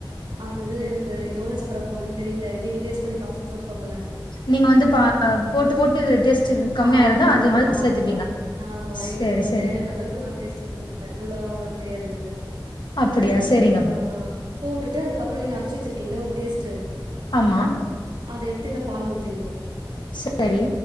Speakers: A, on the right; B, on the left.
A: அது எனக்கு எவ்ளோ சக்கர போட்ணுன்னு தெரில, நீங்க டேஸ்ட் பண்ணி பாத்துட்டு போட்டுக்கோங்களே.
B: நீங்க வந்து பா போட்டு போட்டு டேஸ்ட் கம்மியா
A: ஆமா,
B: இருந்தா அது மாதிரி
A: ஆமா,
B: சேத்துப்பீங்க
A: ஆமா
B: செரி
A: எங்களுக்கு நம்மளுக்கு
B: செரி
A: தேவையான அளவுக்கு நா டேஸ்ட்க்கு போட்டுபே இவ்ளோதா, அவ்ளோனு தெரியாது எனக்கு
B: அப்டியா சேரிங்கமா
A: ஆ போட்டுட்டு அதுக்கப்றோ நீங்க அரைச்சு வச்சிருக்கீங்களே ஒரு பேஸ்டு
B: ஆமா
A: அத எடுத்து இந்த பால்ல ஊத்திர்ன்னு
B: சரி